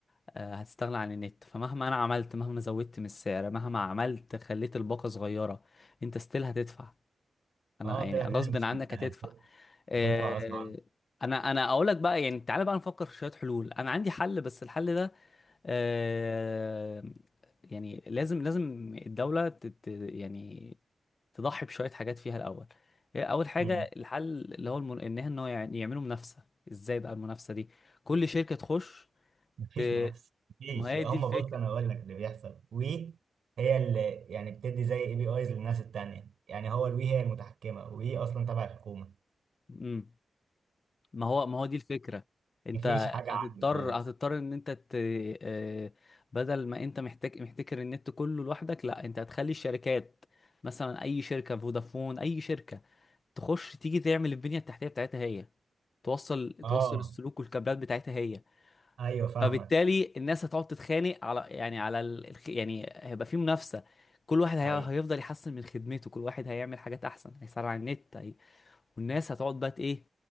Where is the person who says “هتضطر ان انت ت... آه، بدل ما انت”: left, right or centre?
Left